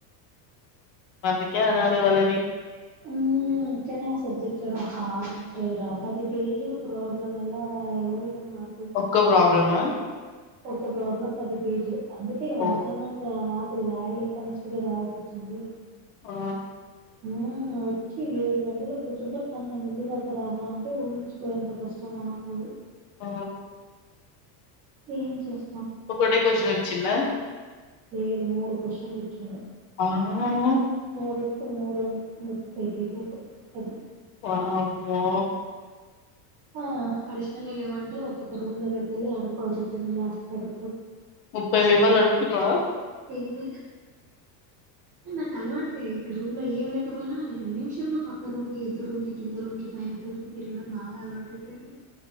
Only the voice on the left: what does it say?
అందుకే అనేది వాళ్ళని
ఒక్క ప్రాబ్లమా
ఓ
ఆ
ఆ
ఒక్కటే కొశన్ వచ్చిందా
ఆ <inaudible>
వామ్మో
ముప్పై పేపర్లు అడుకున్యవా